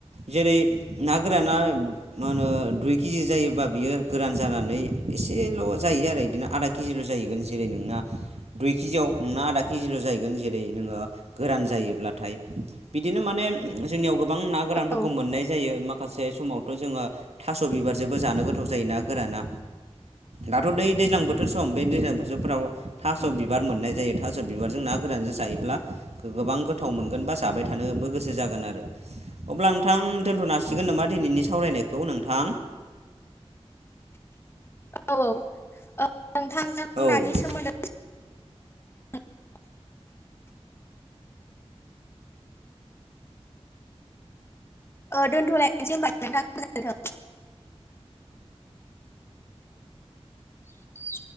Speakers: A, on the right; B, on the left.
A: जेरै ना गोराना मा होनो दुइ केजि जायोबा बियो गोरान जानानै एसेल जायो आरो बिदिनो आदा केजिल जाहैगोन जेरै नोंना दुइ केजियाव नोंना आदा केजिल जाहैगोन जेरै नोङो गोरान जायो ब्लाथाय बिदिनो माने जोंनियाव गोबां ना गोरानफोरखौ
B: औ
A: मोननाय जायो माखासे समावथ जों ओ थास बिबारजोंबो जानो गोथाव जायो ना गोराना दाथ दै दैज्लां बोथोर सम बे दैज्लां बोथोरफ्राव थास' बिबार मोननाय जायो थास' बिबारजों ना रानजों जायोब्ला गोबां गोथ थाव मोनगोन बा जाबाय थानोबो गोसो जागोन आरो अब्ला नोंथां दोनथ'नो हासिगोन नामा दिनैनि सावरायनाय बेखौ नोंथां
B: <inaudible> औ औ औ ओ नोंथांजों
A: औ
B: नानि
A: दे
B: सोमोन्दै <unintelligible> दोनथलायनोसै होमबा नोंथां। <unintelligible> <inaudible>